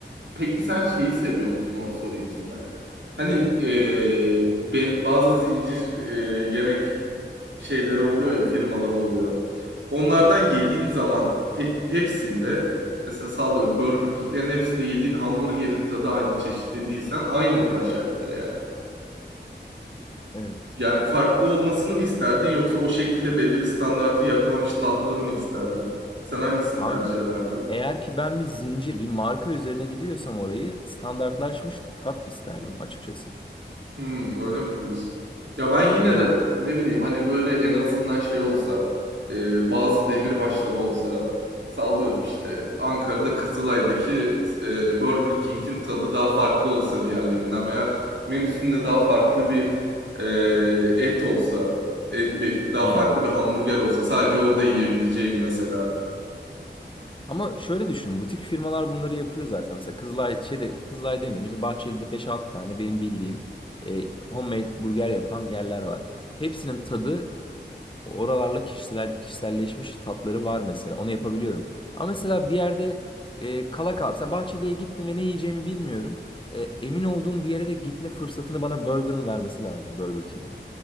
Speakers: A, on the right (about 75°); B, on the left (about 25°).
A: peki sen şeyi seviyor musun? Onu sorayım sana. Hani e, ben, bazı zincir e, yemek şeyleri oluyor ya firmaları oluyor. Onlardan yediğin zaman he- hepsinde mesela sallıyorum Burger King'lerin hepsinde yediğin hamburgerin tadı aynı çeşitli değilsen aynıdır aşağı yukarı yani.
B: Evet.
A: Yani farklı olmasını mı isterdin yoksa o şekilde belli bir standartı yakalamış tatları mı isterdin? Sen hangisini
B: Abi
A: tercih ederdin?
B: eğer ki ben bir zincir, bir marka üzerine gidiyorsam orayı standartlaşmış tat isterdim açıkçası.
A: Hmm, öyle mi bu iş? Ya ben yine
B: Evet.
A: de ne bileyim hani böyle en azından şey olsa e, bazı demirbaşları olsa sallıyorum işte Ankara'da Kızılay'daki e, Burger King'in
B: <laughs>
A: tadı daha farklı olsa diğerlerinden veya menüsünde daha farklı bir e, et olsa e, bir- daha
B: Hmm.
A: farklı bir hamburger olsa sadece orada yiyebileceğim mesela.
B: Ama şöyle düşün, butik firmalar bunları yapıyor zaten. Mesela Kızılay şeyde Kızılay demeyelim, işte Bahçeli'de beş altı tane benim bildiğim e, homemade burger yapan yerler var. Hepsinin tadı oralarla kişisel kişiselleşmiş tatları var mesela. Onu yapabiliyorum. Ama mesela bir yerde e, kala kal. Mesela Bahçeli'ye gittim ve ne yiyeceğimi bilmiyorum. E, emin olduğum bir yere de gitme fırsatını bana Burger'ın vermesi lazım. Burger King'in.